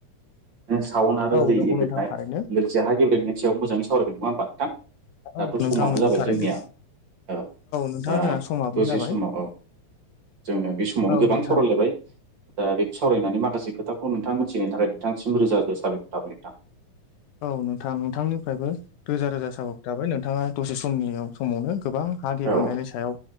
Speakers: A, on the right (about 40°); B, on the left (about 80°).
A: साउन्ड आरो
B: औ
A: दै
B: नंगौ
A: गेदेरनाय
B: नोंथां थारैनो
A: लोगोसे हा गेबेनायनि सायाव मोजाङै सावरायगोन नङा होमबा नोंथां दाथ'
B: औ नोंथां
A: समाबो
B: नंगौ
A: जाबाय
B: थारैनो
A: जोंनिया औ
B: नोंथां
A: दा
B: जोंहा समाबो
A: दसे
B: जाबाय
A: समाव औ जोङो बे समावनो
B: औ
A: गोबां
B: नोंथां
A: सावरायलायबाय दा बेेक्ट सावराय मासे खोथाखौ नोंथां मिथिनो थाखाय नोंथांसिम रोजा रोज साबखर थाबाय नोंथां।
B: औ नोंथां नोंथांनिफ्रायबो रोजा रोजा साबायखर थाबाय नोंथाङा दसे समनि समावनो गोबां हागेबेंनायनि
A: औ
B: सायाव